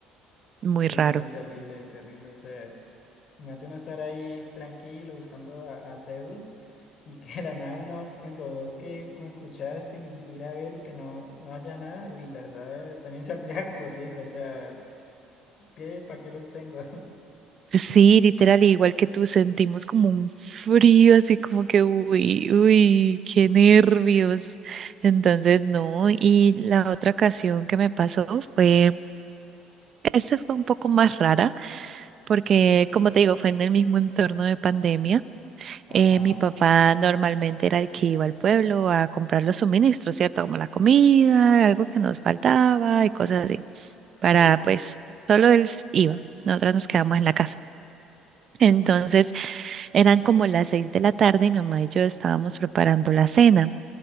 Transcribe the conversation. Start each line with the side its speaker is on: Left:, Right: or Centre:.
Right: Muy
Left: Uy,
Right: raro.
Left: no, terrible, terrible. O sea, imagínate uno estar ahí tranquilo buscando a, a Zeus y que de la nada uno, por ejemplo, vos que como escuchaste y ir a ver y que no, no haya nada, uy, la verdad, eh, también saldría <laughs> corriendo. O sea, pies, ¿para qué los tengo?
Right: Sí, literal,
Left: <laughs>
Right: igual que tú, sentimos como un frío, así como que, uy, uy, qué nervios. Entonces, no, y la otra ocasión que me pasó fue, esta fue un poco más rara, porque como te digo, fue en el mismo entorno de pandemia.
Left: Ajá.
Right: Eh, mi papá normalmente era el que iba al pueblo a comprar los suministros, ¿cierto? Como la comida, algo que nos faltaba y cosas así, para
Left: Sí,
Right: pues, solo él s- iba. Nosotras nos quedamos en la casa. Entonces eran como las seis de la tarde y mi mamá y yo estábamos preparando la cena.